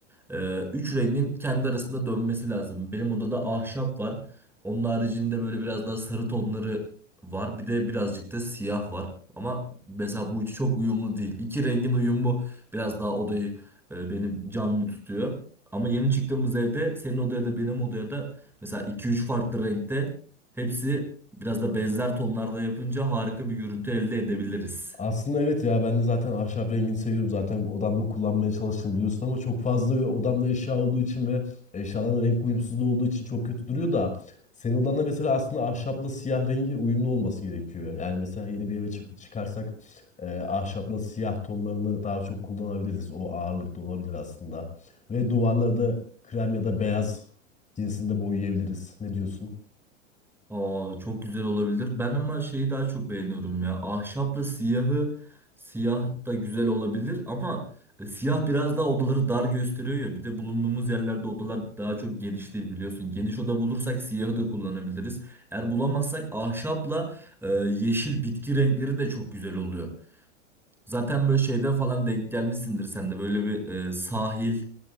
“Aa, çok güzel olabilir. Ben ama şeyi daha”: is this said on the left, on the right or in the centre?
Centre